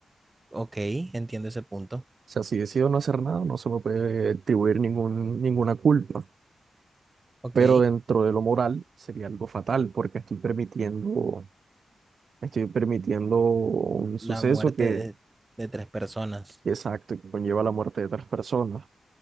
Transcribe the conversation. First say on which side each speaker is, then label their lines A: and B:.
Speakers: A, on the right (about 20°); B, on the right (about 60°).
A: Ok, entiendo ese punto.
B: O sea, si decido no hacer nada, no se me puede atribuir ningún, ninguna culpa,
A: Ok,
B: pero dentro de lo moral sería algo fatal porque estoy permitiendo, estoy permitiendo un suceso
A: la muerte
B: que,
A: de, de tres personas.
B: exacto, que conlleva la muerte de otras personas.